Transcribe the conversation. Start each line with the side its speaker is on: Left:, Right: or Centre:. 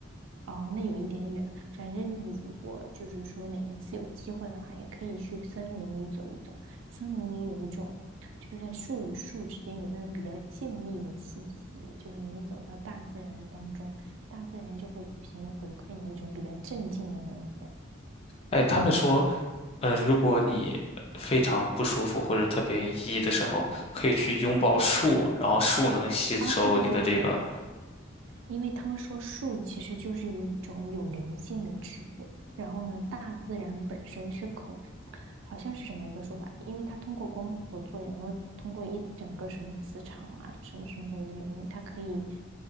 Right: 哦，那有一点点远。反正你如果就是说哪一次有机会的话，也可以去森林里走一走。森林里有一种，就是在树与树之间有那种比较静谧的气息，就是你走到大自然当中，大自然就会无形的回馈你一种比较镇静的能量。
Left: 哎，他们说，呃，如果你非常不舒服或者特别抑郁的时候，可以去拥抱树，然后树能吸收你的这个，
Right: 啊，对对对对对，因为他们说树其实就是一种有灵性的植物，然后呢，大自然本身是可，好像是什么一个说法，因为它通过光合作用，然后通过一整个什么磁场啊，什么什么什么的原因，它可以